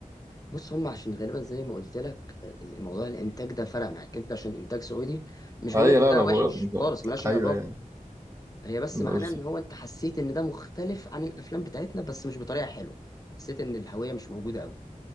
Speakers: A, on the left; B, on the right.
A: بص هم عشان غالبا زي ما قلت لك الموضوع الانتاج ده فرق معاك انت عشان انتاج سعودي مش بقول
B: ايوه
A: ان
B: لا
A: ده
B: ما بقول
A: وحش
B: بقول-
A: خالص ملهاش اي
B: ايوه
A: علاقه
B: ايوه
A: هي بس
B: بقول-
A: معناه ان هو انت حسيت ان ده مختلف عن الافلام بتاعتنا بس مش بطريقه حلوه حسيت ان الهويه مش موجوده قوي